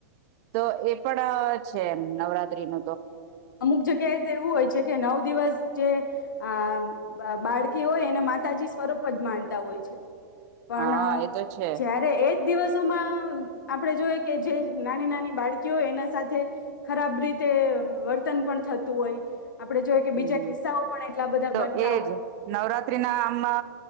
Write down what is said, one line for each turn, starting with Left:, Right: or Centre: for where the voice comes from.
Right: તો એ પણ છે એમ નવરાત્રી ન
Left: અમુક જગ્યાએ તો એવું હોય છે કે નવ દિવસ જે આ બાળકી હોય એને માતાજી સ્વરૂપ જ માણતા હોય છે. પણ
Right: હા એ તો છે
Left: જયારે એજ એક દિવસોમાં આપણેે જોઈ કે જે નાની નાની બાળકીઓ એના સાથે, ખરાબ રીતે વર્ત ત પણ થતું હોય. આપણે જોઈએ કે
Right: હમ,
Left: બીજા કિસ્સાઓ પણ એટલા બધા
Right: તો
Left: બનતા
Right: એજ
Left: હોય
Right: નવરાત્રી ના આમ